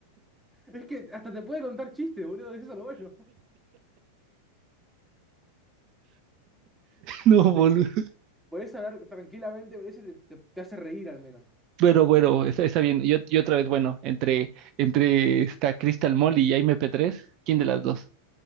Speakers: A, in the centre; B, on the right (about 40°).
A: Es que hasta te puede contar chistes, boludo, eso es lo bueno.
B: No,
A: Corte,
B: boludo.
A: podés hablar tranquilamente, ese te, te- te hace reír al menos.
B: Pero bueno, está, está bien. Yo, y otra vez, bueno, entre, entre esta Crystal Mall y Jaime P3, ¿quién de las dos?